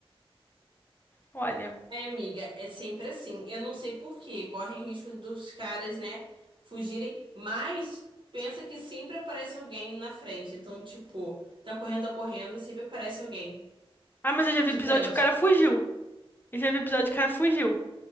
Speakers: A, on the left; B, on the right.
A: Olha.
B: Ai, amiga, é sempre assim. Eu não sei por quê. Correm risco dos caras, né, fugirem, mas pensa que sempre aparece alguém na frente. Então, tipo, tá correndo, tá correndo e sempre aparece alguém
A: Ah, mas eu já vi
B: de
A: episódio
B: frente.
A: que o cara fugiu. Eu já vi episódio que o cara fugiu.